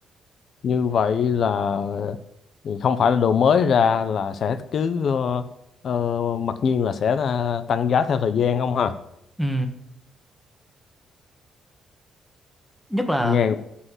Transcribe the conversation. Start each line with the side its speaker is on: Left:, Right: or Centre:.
Left: như vậy là không phải là đồ mới ra là sẽ cứ ờ, ờ, mặc nhiên là sẽ ờ, tăng giá theo thời gian không ha
Centre: ừ. nhất là
Left: nghe